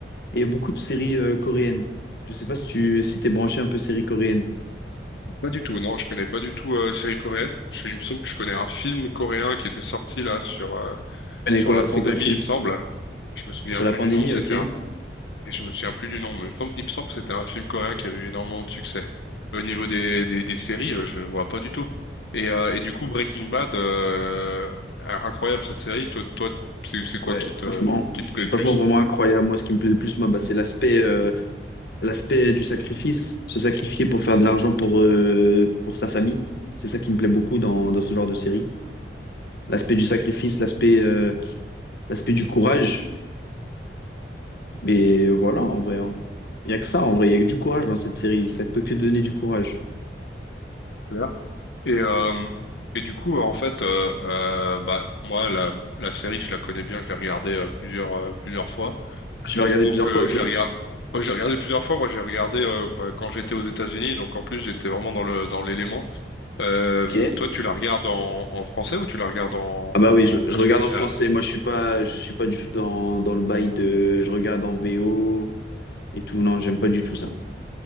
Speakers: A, on the left; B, on the left.
A: Et beaucoup de séries euh, coréennes. Je sais pas si tu si t'es branché un peu séries coréennes. Tu
B: Pas du tout, non, je connais pas du tout euh, séries coréennes. Je, il me semble que je connais un film coréen qui était sorti là sur euh,
A: connais
B: sur
A: quoi?
B: la pandémie,
A: C'est quoi le film?
B: il me semble. Je me souviens
A: Sur
B: plus
A: la pandémie,
B: du nom. C'était
A: ok.
B: un... et je me souviens plus du nom, mais il me semble, il me semble que c'était un film coréen qui avait eu énormément de succès. Au niveau des des, des séries, euh, je vois pas du tout. Et euh, et du coup, Breaking Bad, euh, incroyable cette série. Toi, toi, c'est c'est quoi
A: Ouais,
B: qui te
A: franchement,
B: qui te plaît le
A: franchement
B: plus?
A: vraiment incroyable. Moi, ce qui me plaît le plus, moi, bah, c'est l'aspect euh, l'aspect du sacrifice, se sacrifier pour faire de l'argent pour euh, pour sa famille. C'est ça qui me plaît beaucoup dans, dans ce genre de série. L'aspect du sacrifice, l'aspect euh, l'aspect du courage. Mais voilà, en vrai, hein. Il y a que ça, en vrai, il y a que du courage dans cette série. Ça peut que donner du courage.
B: Ouais. Et, euh, et du coup, en fait, euh, euh, bah, moi, la, la série, je la connais bien, je l'ai regardée euh, plusieurs, euh, plusieurs fois.
A: Je l'ai
B: Il
A: regardé
B: se trouve
A: plusieurs
B: que
A: fois, ok.
B: je l'ai regardée. Moi, j'ai regardé plusieurs fois. Moi, j'ai regardé euh, bah, quand j'étais aux États-Unis, donc en plus, j'étais vraiment dans le dans l'élément. Euh,
A: Ok.
B: toi, tu la regardes en, en français ou tu la regardes en,
A: Ah
B: en
A: bah oui, je,
B: version
A: je regarde
B: originale?
A: en français. Moi, je suis pas, je suis pas du tout dans, dans le bail de je regarde en VO et tout. Non, j'aime pas du tout ça.